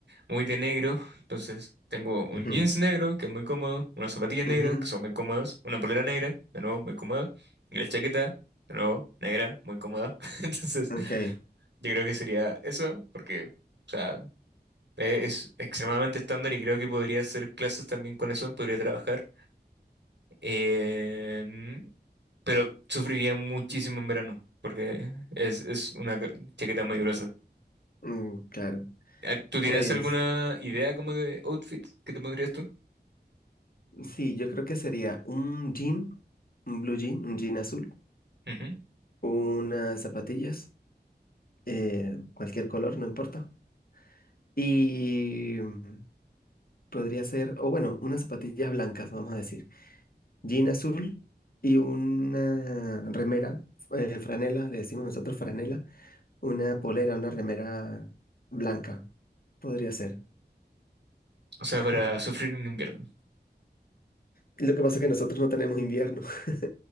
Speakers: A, on the right; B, on the left.
A: muy de negro. Entonces, tengo un
B: Ujú,
A: jeans negro, que es muy cómodo, unas zapatillas negras,
B: ujú.
A: que son muy cómodas, una polera negra, de nuevo, muy cómoda, y la chaqueta, de nuevo, negra, muy cómoda. <laughs> Entonces,
B: Ok,
A: yo creo que sería eso, porque, o sea, e- es extremadamente estándar y creo que podría hacer clases también con eso, podría trabajar. Em, pero sufriría muchísimo en verano, porque es, es una ca- chaqueta muy gruesa.
B: mm, claro.
A: Ah, ¿Tú tienes
B: Pues
A: alguna idea como de outfit que te pondrías tú?
B: sí, yo creo que sería un jean, un blue jean, un jean azul,
A: Ujú.
B: unas zapatillas, eh, cualquier color, no importa. Y mm, podría ser, o bueno, unas zapatillas blancas, vamos a decir. jean azul y una remera, eh, franela, le decimos nosotros franela, una polera, una remera blanca, podría ser.
A: O sea,
B: <laughs>
A: para sufrir en invierno.
B: Lo que pasa es que nosotros no tenemos invierno. <laughs>